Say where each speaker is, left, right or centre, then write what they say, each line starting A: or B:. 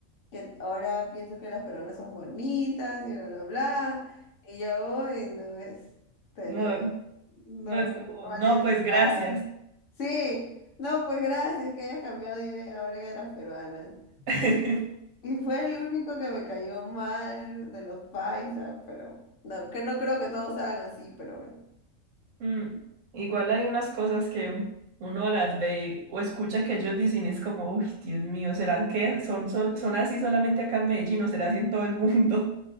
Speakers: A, on the left; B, on the right.
A: que ahora pienso que las peruanas son bonitas y bla, bla, bla. Y yo, uy, no, este,
B: No,
A: no, no,
B: no, es como,
A: mal
B: no,
A: educada.
B: pues gracias.
A: Sí, no, pues gracias que hayas cambiado de idea ahora que de las peruanas.
B: <laughs>
A: Y fue el único que me cayó mal de los paisas, pero no, que no creo que todos sean así, pero bueno.
B: Mm, Igual hay unas cosas que uno las ve o escucha que ellos dicen y es como, uy, Dios mío, ¿será que son, sol- son así solamente acá en Medellín o será así en todo el mundo?